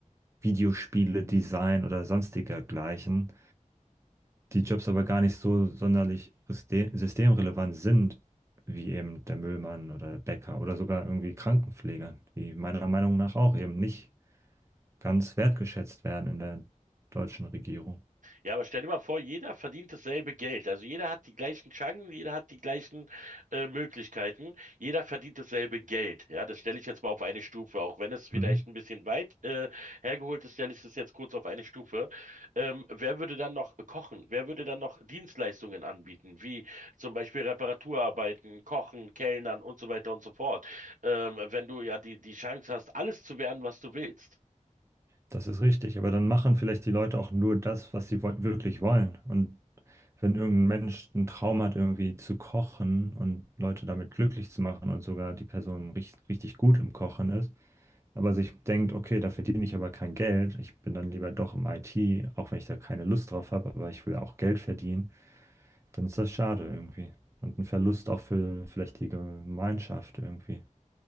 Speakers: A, on the right; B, on the right.
A: Videospiele, Design oder sonstiger gleichen, die Jobs aber gar nicht so sonderlich syste- systemrelevant sind, wie eben der Müllmann oder der Bäcker oder sogar irgendwie Krankenpfleger, die meiner Meinung nach auch eben nicht ganz wertgeschätzt werden in der deutschen Regierung.
B: Ja, aber stell dir mal vor, jeder verdient dasselbe Geld. Also jeder hat die gleichen Chancen, jeder hat die gleichen äh, Möglichkeiten, jeder verdient dasselbe Geld. Ja, das stelle ich jetzt mal auf eine Stufe, auch wenn es vielleicht
A: Mhm.
B: ein bisschen weit äh, hergeholt ist, stelle ich das jetzt kurz auf eine Stufe. Ähm, wer würde dann noch kochen? Wer würde dann noch Dienstleistungen anbieten, wie zum Beispiel Reparaturarbeiten, Kochen, Kellnern und so weiter und so fort? Ähm, wenn du ja die, die Chance hast, alles zu werden, was du willst.
A: Das ist richtig, aber dann machen vielleicht die Leute auch nur das, was sie woll- wirklich wollen. Und wenn irgendein Mensch einen Traum hat, irgendwie zu kochen und Leute damit glücklich zu machen und sogar die Person richt- richtig gut im Kochen ist, aber sich denkt, okay, da verdiene ich aber kein Geld, ich bin dann lieber doch im IT, auch wenn ich da keine Lust drauf habe, aber ich will auch Geld verdienen, dann ist das schade irgendwie. Und ein Verlust auch für vielleicht die Gemeinschaft irgendwie.